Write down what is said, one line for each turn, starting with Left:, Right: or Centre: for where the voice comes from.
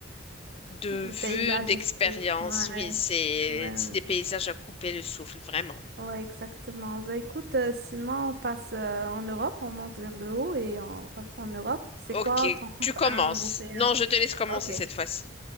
Left: De
Right: Le
Left: vue,
Right: paysage
Left: d'expérience,
Right: ici. Ouais,
Left: oui, c'est
Right: ouais,
Left: c'est
Right: ouais,
Left: des paysages à couper le souffle, vraiment.
Right: Ouais, exactement. Bah écoute, euh, sinon on passe euh, en Europe, on monte vers le haut et on passe en Europe. C'est
Left: Ok,
Right: quoi ton top
Left: tu commences.
Right: un européen?
Left: Non, je te laisse commencer
Right: Ok.
Left: cette fois-ci.